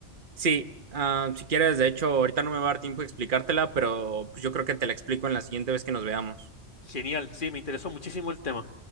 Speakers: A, on the right (about 45°); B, on the left (about 45°).
A: Sí. ah, si quieres, de hecho, ahorita no me va a dar tiempo de explicártela, pero pues, yo creo que te la explico en la siguiente vez que nos veamos.
B: Genial, sí, me interesó muchísimo el tema.